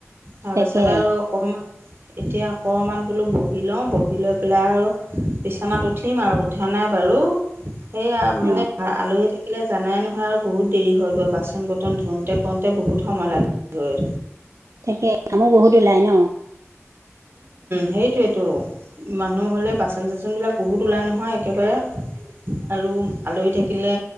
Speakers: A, on the right (about 40°); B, on the right (about 80°).
A: তাৰপিছত
B: তাকে
A: আৰু অকণমান এতিয়া অকণমান বোলো বহি লওঁ বহি লৈ পেলাই আৰু বিছনাত উঠিম আৰু উঠা নাই বাৰু সেইয়া মানে
B: অ
A: আলহী থাকিলে জানাই নহয় আৰু বহুত দেৰি হৈ গৈ বাচন বৰ্তন ধোওঁতে পওঁতে বহুত সময় লাগেগৈ।
B: তাকে কামো বহুত ওলাই ন
A: সেইটোৱেইটো। মানুহ হ'লে বাচন চাচনবিলাক বহুত ওলাই নহয় একেবাৰে আৰু আলহী থাকিলে